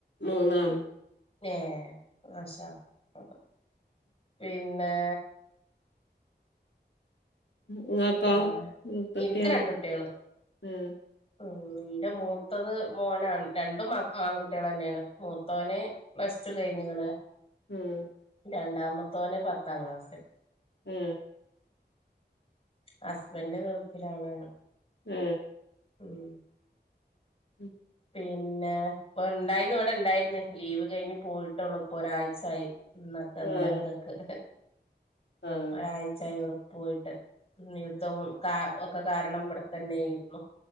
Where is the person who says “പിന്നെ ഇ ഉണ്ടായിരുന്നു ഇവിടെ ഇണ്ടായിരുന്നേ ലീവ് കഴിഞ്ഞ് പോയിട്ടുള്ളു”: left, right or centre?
Left